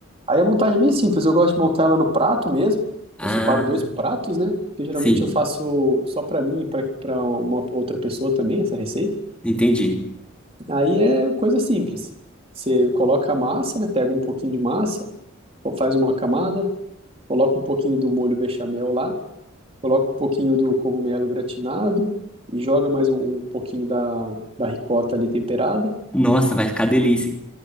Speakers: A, on the right (about 30°); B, in the centre.
A: Aí a montagem é bem simples, eu gosto de montar ela no prato mesmo.
B: Ah,
A: Eu separo dois pratos, né? Porque geralmente
B: sim,
A: eu faço só pra mim e pra, pra uma outra pessoa também essa receita.
B: entendi.
A: Aí é coisa simples. Você coloca a massa, né? Pega um pouquinho de massa, faz uma camada, coloca um pouquinho do molho bechamel lá, coloca um pouquinho do cogumelo gratinado e joga mais um, um pouquinho da, da ricota ali temperada.
B: Nossa, vai ficar delícia. hein?